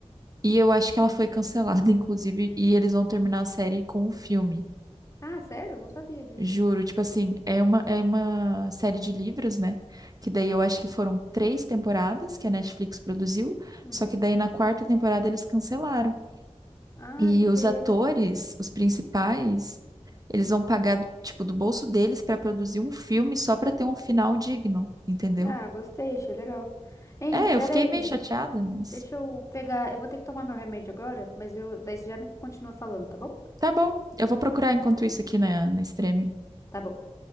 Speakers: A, on the right; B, on the left.
A: E eu acho que ela foi cancelada, <laughs> inclusive, e eles vão terminar a série com um filme.
B: Ah, sério? Não sabia disso.
A: Juro, tipo assim, é uma, é uma série de livros, né? Que daí
B: Uhum,
A: eu acho que foram três temporadas que a Netflix produziu,
B: uhum.
A: só que daí na quarta temporada eles cancelaram.
B: Ah,
A: E
B: que pena.
A: os atores, os principais, eles vão pagar, tipo, do bolso deles pra produzir um filme só pra ter um final digno, entendeu?
B: Ah, gostei, achei legal. Hein,
A: É,
B: peraí,
A: eu fiquei meio chateada, mas
B: deixa eu pegar, eu vou ter que tomar meu remédio agora, mas eu, daí você já me continua falando, tá bom?
A: tá bom. Eu vou procurar enquanto isso aqui na, na Extreme.
B: Tá bom.